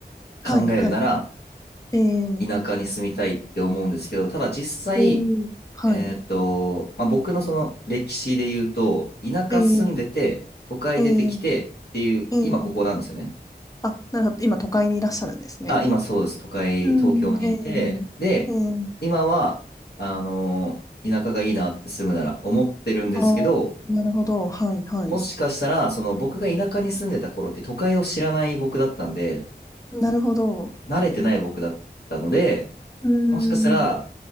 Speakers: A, on the left; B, on the left.
A: はい、
B: 考えるなら、
A: はい。ええ
B: 田舎に住みたいって思うんですけど、ただ実際、
A: おーはい。
B: えっと、まあ、僕のその歴史で言うと、田舎住んでて、
A: ええ
B: 都会出てきてっていう、
A: えええー
B: 今ここなんですよね。
A: あ、なるほど。今、都会にいらっしゃるんですね。
B: あ、今そうです。都会、
A: うん、
B: 東京にいて、
A: え
B: で、
A: ええー
B: 今は、あの田舎がいいなって住むなら思ってるんですけど、
A: あーなるほど、はい、はい。
B: もしかしたら、その僕が田舎に住んでた頃って都会を知らない僕だったんで、
A: なるほど。
B: 慣れてない僕だったので、
A: うー
B: もしかしたら、
A: ん、